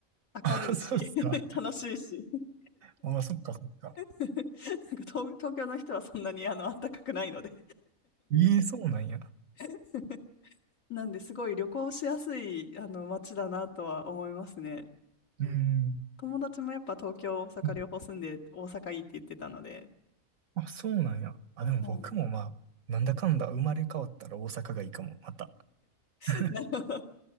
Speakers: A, on the right; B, on the left.
A: <laughs> あそうっすか。
B: 明るいし、<laughs> 楽しいし。<laughs>
A: あ、そっかそっか。
B: なんか東、東京の人はそんなにあの暖かくないので
A: ええそうなんや。
B: <laughs> なんですごい旅行しやすいあの街だなとは思いますね。
A: うんん。
B: 友達もやっぱ東京、大阪両方住んで大阪いいって言ってたので。
A: うんあ、そうなんや。あ、でも僕もまあ、
B: はい
A: なんだかんだ生まれ変わったら大阪がいいかも、また。
B: <laughs>
A: <laughs>
B: なるほど。